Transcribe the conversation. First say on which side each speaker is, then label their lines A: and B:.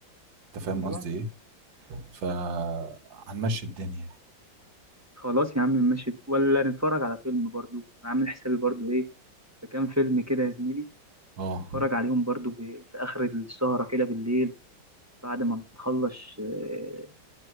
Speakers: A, on the right (about 70°); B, on the right (about 15°).
A: انت فاهم
B: أيوه
A: قصدي ايه فهنمشي الدنيا
B: خلاص يا عم ماشي ولا نتفرج على فيلم برضو عامل حسابي برضو إيه في كام فيلم كده يا زميلي
A: اه
B: اتفرج عليهم برضو ب... في اخر السهره كده بالليل بعد ما نخلص آه،